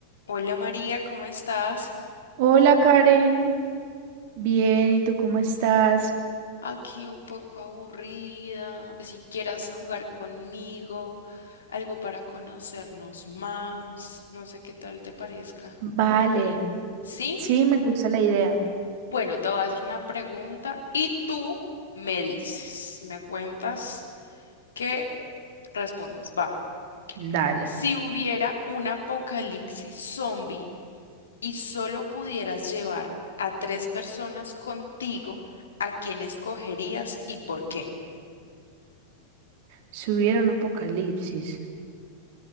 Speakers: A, on the left; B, on the right.
A: Hola María, ¿cómo estás?
B: Hola Karen, bien, ¿y tú cómo estás?
A: Aquí un poco aburrida. Si quieras jugar conmigo, algo para conocernos más, no sé qué tal te parezca.
B: Vale,
A: ¿Sí?
B: sí, me gusta la idea.
A: Bueno, te voy a hacer una pregunta y tú me dices, me cuentas qué respondes. Va.
B: Dale,
A: Si hubiera un apocalipsis zombie y solo pudieras llevar a tres personas contigo, ¿a quién escogerías y por qué?
B: si hubiera un apocalipsis